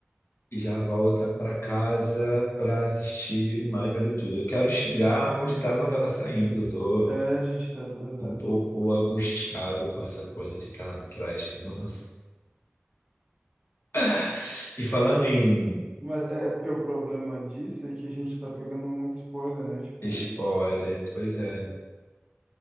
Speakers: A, on the left; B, on the right.
A: e já volta para casa para assistir Mais Vale Tudo. Eu quero chegar onde está a novela saindo. Eu tô
B: É, a gente tá atrasando.
A: um pouco angustiado com essa coisa de estar atrás. no- <laughs> E falando em
B: Mas é é porque o problema disso é que a gente tá pegando muito spoiler, né? Tipo,
A: spoiler, pois é.